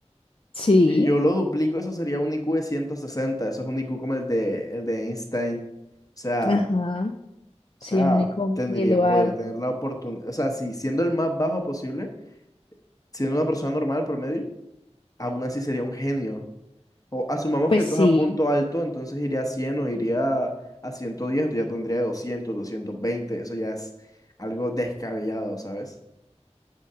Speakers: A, on the left (about 50°); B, on the left (about 30°).
A: Sí.
B: Si yo lo duplico, eso sería un IQ de ciento sesenta, Eso es un IQ como el de, el de Einstein. O sea,
A: Ajá.
B: o sea,
A: Sí, un IQ
B: tendría,
A: muy elevado.
B: podría tener la oportunidad. O sea, si siendo el más bajo posible, siendo una persona normal promedio, aún así sería un genio. O asumamos
A: Pues
B: que tú
A: sí.
B: es a punto alto, entonces iría a 100 o iría a ciento diez entonces ya tendría doscientos doscientos veinte eso ya es algo descabellado, ¿sabes?